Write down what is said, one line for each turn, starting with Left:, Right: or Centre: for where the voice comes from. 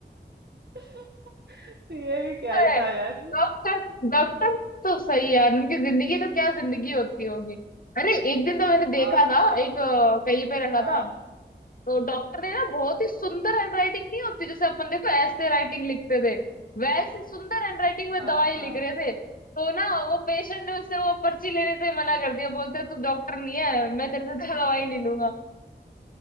Right: <laughs> ये भी क्या
Left: है।
Right: ही था यार
Left: डॉक्टर डॉक्टर तो सही यार उनकी जिंदगी तो क्या जिंदगी होती होगी अरे एक दिन तो मैंने देखा
Right: हाँ
Left: था एक अ, कहीं पे रखा
Right: हाँ
Left: था तो डॉक्टर ने ना बहुत ही सुंदर हैंडराइटिंग नहीं होती जैसे अपन देखो ऐसे राइटिंग लिखते थे वैसे सुंदर हैंडराइटिंग में
Right: हाँ
Left: दवाई लिख रहे थे तो ना वो पेशेंट ने उससे वो पर्ची लेने से मना कर दिया बोलते तू डॉक्टर नहीं है मैं तेरे से दवाई नहीं लूंगा